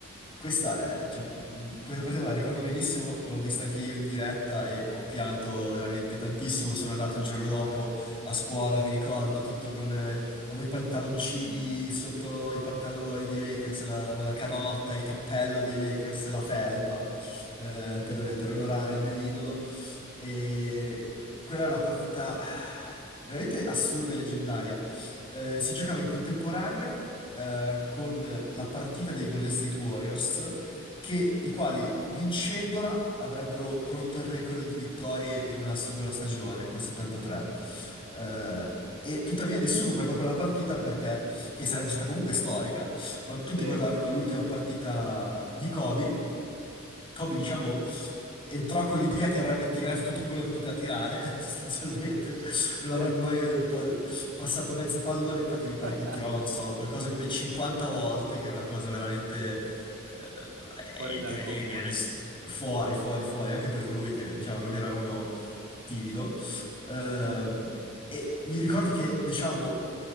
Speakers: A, on the left; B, on the right.
A: questa, è, cioè, mh, questa parte me la ricordo benissimo, l'ho vista anche io in diretta e ho pianto veramente tantissimo. Sono andato il giorno dopo a scuola, mi ricordo, tutto con... eh, avevo i pantaloncini sotto i pantaloni dei Lakers, la, la canotta, il cappello dei Lakers, la felpa, eh, per, per onorare il mio idolo. E quella è una partita veramente assurda e leggendaria. Eh, si giocava in contemporanea eh, con la partita dei Golden State Warriors, che, i quali vincendola avrebbero rotto il record di vittorie in una singola stagione con 73. Eh, e tuttavia nessuno guardò quella partita perché che sarebbe stata comunque storica, ma tutti
B: Sì,
A: guardarono l'ultima partita di Kobe. Kobe, diciamo, entrò con l'idea che avrebbe tirato tutto quello che poteva tirare, <laughs> sostanzialmente,
B: sì.
A: non avrebbe mai eh, pa- passato mezzo pallone, infatti mi pare
B: <laughs>
A: che tirò, non so, qualcosa come 50 volte, che è una cosa veramente eh, è
B: Fuori
A: incredibile,
B: dal comune.
A: ness- fuori, fuori, fuori, anche per lui che, diciamo, non era uno timido. Eh,
B: <laughs>
A: e mi ricordo che, diciamo,